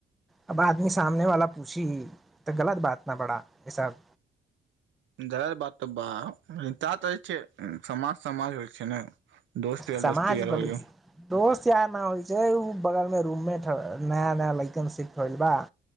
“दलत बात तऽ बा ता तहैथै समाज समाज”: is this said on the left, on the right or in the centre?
Right